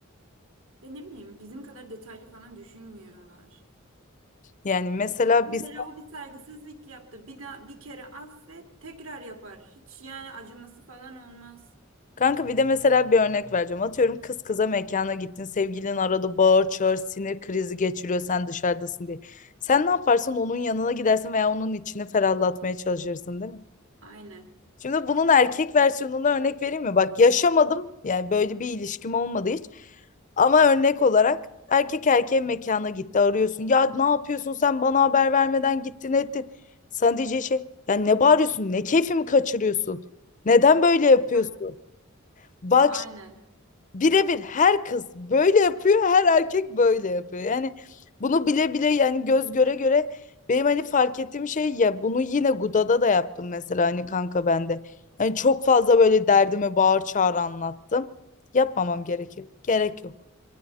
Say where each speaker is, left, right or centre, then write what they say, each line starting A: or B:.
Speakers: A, on the right (about 80°); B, on the left (about 40°).
A: Ya ne bileyim bizim kadar detaylı falan düşünmüyorlar.
B: Yani mesela
A: Mesela
B: biz
A: o bir saygısızlık yaptı. Bir daha bir kere affet, tekrar yapar. Hiç yani acıması falan olmaz.
B: kanka bir de mesela bir örnek vereceğim. Atıyorum kız kıza mekana gittin. Sevgilin arada bağır çağır sinir krizi geçiriyor sen dışarıdasın diye. Sen ne yaparsın? Onun yanına gidersin veya onun içini ferahlatmaya çalışırsın değil mi?
A: Aynen.
B: Şimdi bunun erkek versiyonuna örnek vereyim mi? Bak yaşamadım yani böyle bir ilişkim olmadı hiç. Ama örnek olarak erkek erkeğe mekana gitti arıyorsun. Ya ne yapıyorsun sen bana haber vermeden gittin ettin. Sana diyeceği şey ya ne bağırıyorsun ne keyfimi kaçırıyorsun? Neden böyle yapıyorsun?
A: Hah,
B: Bak
A: aynen.
B: birebir her kız böyle yapıyor, her erkek böyle yapıyor. Yani bunu bile bile yani göz göre göre benim hani fark ettiğim şey ya bunu yine Guda'da da yaptım mesela hani kanka bende. Hani çok fazla böyle derdimi bağır çağır anlattım. Yapmamam gerekir. Gerek yok.